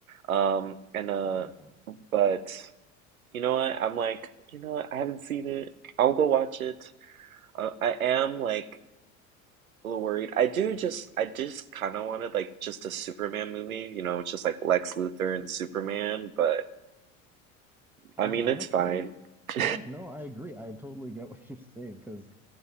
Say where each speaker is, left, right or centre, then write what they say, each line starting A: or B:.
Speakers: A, on the right (about 80°); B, in the centre.
A: Um and uh
B: yeah.
A: but you know what? I'm like, you know what? I haven't seen it. I'll go watch it. I, I am like a little worried. I do just I just kind of wanted like just a Superman movie, you know, it's just like Lex Luthor and Superman, but
B: I
A: I mean
B: honestly,
A: it's fine. <laughs>
B: yeah, no, I agree. I totally get <laughs> what you're saying because.